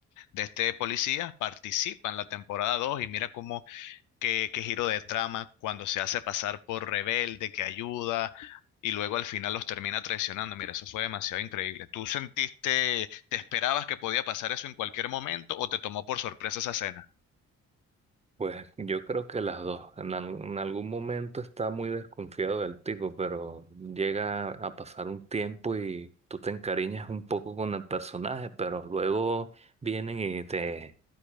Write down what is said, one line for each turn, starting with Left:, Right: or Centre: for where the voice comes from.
Left: de este policía, participa en la temporada 2 y mira cómo qué, qué giro de trama cuando se hace pasar por rebelde, que ayuda y luego al final los termina traicionando. Mira, eso fue demasiado increíble. ¿Tú sentiste, te esperabas que podía pasar eso en cualquier momento o te tomó por sorpresa esa escena?
Right: Pues yo creo que las dos. En, al- en algún momento está muy desconfiado del tipo, pero llega a pasar un tiempo y tú te encariñas un poco con el personaje, pero luego vienen y te